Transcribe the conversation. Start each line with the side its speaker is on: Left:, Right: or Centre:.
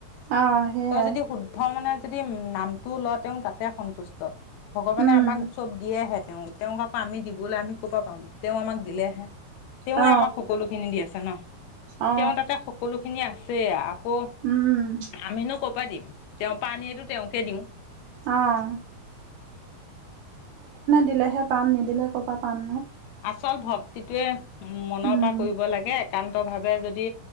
Right: অ সেইয়াই
Left: তই যদি শুদ্ধ মানে যদি নাম টো লও তেওঁ তাতে সন্তুষ্ট ভগৱানে
Right: উম
Left: আমাক চব দিয়েহেতে তেওঁ তেওঁক আকৌ আমি দিবলে আমি ক'ব পাওঁ তেওঁ আমাক দিলেহে তেওঁৱে
Right: অ
Left: আমাক সকলোখিনি দি আছ ছা ন
Right: অ
Left: তেওঁ তাতে সকলো খিনি আছেই আ কৌ
Right: উম
Left: আমিনো ক' পা দিম তেওঁ পা আনিয়ে টো তেওঁকে দিওঁ
Right: অহ দিলেহে পাম নি নিদিলে ক'ৰ পৰা পাম নো
Left: চল ভক্তিটোৱে মনৰ
Right: উম
Left: পৰা কৰিব লাগে একান্ত ভাৱে যদি